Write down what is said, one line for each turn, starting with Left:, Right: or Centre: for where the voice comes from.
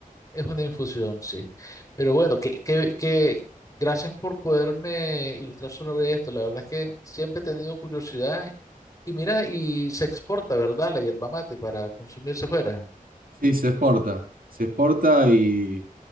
Left: Es una infusión, sí. Pero bueno, que, que, que gracias por poderme ilustrar sobre esto. La verdad es que siempre he tenido curiosidad. Y mira, y se exporta, ¿verdad? La yerba mate para consumirse fuera.
Right: Sí, se exporta. Se exporta y